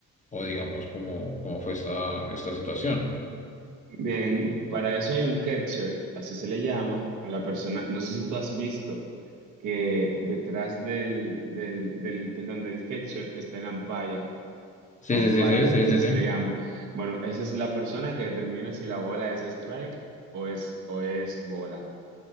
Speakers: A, on the left; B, on the right.
A: O digamos, cómo, cómo fue esta, esta situación.
B: Bien, para eso hay un catcher, así se le llama a la persona. No sé si tú has visto que detrás del, del, del, perdón, del catcher está el umpire,
A: Sí,
B: o umpire,
A: sí, sí, sí, sí,
B: así
A: sí,
B: se
A: sí.
B: le llama. Bueno, esa es la persona que determina si la bola es strike o es, o es bola,